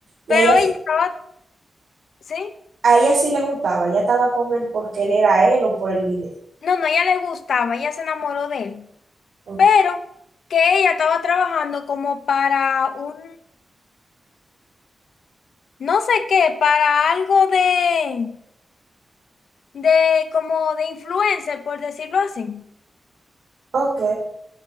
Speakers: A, on the right; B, on the left.
A: Y
B: pero
A: a ella,
B: ella estaba, ¿sí?
A: a ella sí le gustaba, ella estaba con él porque él era él o por el dinero.
B: No, no, ella le gustaba, ella se enamoró de él,
A: Ok.
B: pero que ella estaba trabajando como para un, no sé qué, para algo de, de como de influencer, por decirlo así.
A: Ok.